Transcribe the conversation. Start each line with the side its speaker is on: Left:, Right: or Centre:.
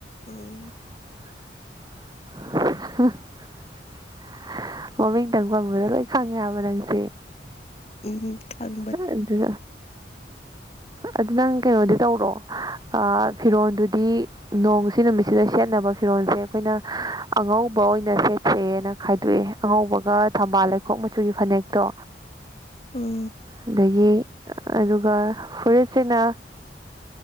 Left: ꯑꯝ
Right: <unintelligible> ꯃꯃꯤꯡꯇꯪ ꯄꯪꯕꯗ ꯂꯣꯏ ꯈꯪꯉꯦ ꯍꯥꯏꯕ ꯅꯪꯁꯦ
Left: ꯎꯝ ꯈꯥꯟ
Right: ꯑꯗꯨ ꯑꯗꯨ ꯅꯪ ꯀꯩꯅꯣꯗꯤ ꯇꯧꯔꯣ ꯐꯤꯔꯣꯜꯗꯨꯗꯤ ꯅꯣꯡꯁꯤ ꯅꯨꯃꯤꯠꯁꯤꯗ ꯁꯦꯠꯅꯕ ꯐꯤꯔꯣꯜꯁꯦ ꯑꯩꯈꯣꯏꯅ ꯑꯉꯧꯕ ꯑꯣꯏꯅ ꯁꯦꯠꯁꯦꯅ ꯈꯥꯏꯗꯣꯛꯑꯦ ꯑꯉꯧꯕꯒ ꯊꯝꯕꯥꯜ ꯂꯩꯈꯣꯛ ꯃꯆꯨꯒꯤ ꯐꯅꯦꯛꯇꯣ
Left: ꯎꯝ
Right: ꯑꯗꯒꯤ ꯑꯗꯨꯒ ꯐꯨꯔꯤꯁꯁꯤꯅ